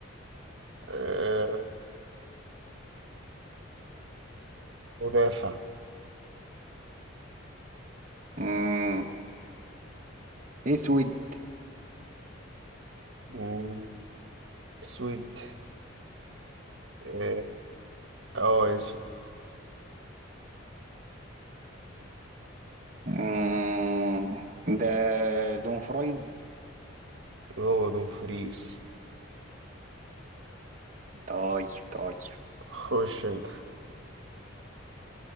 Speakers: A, on the right; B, on the right.
A: آه مدافع
B: مم، اسود
A: مم، أسود آه آه، أسود
B: مم، ده دون فرايز
A: هو دومفريز
B: طيب طيب
A: خش أنت